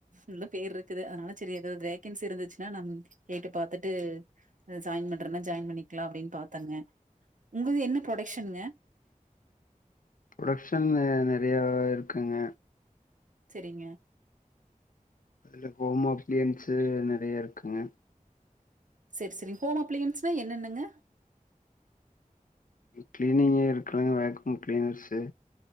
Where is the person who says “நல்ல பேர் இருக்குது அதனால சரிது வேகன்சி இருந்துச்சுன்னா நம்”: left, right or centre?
Right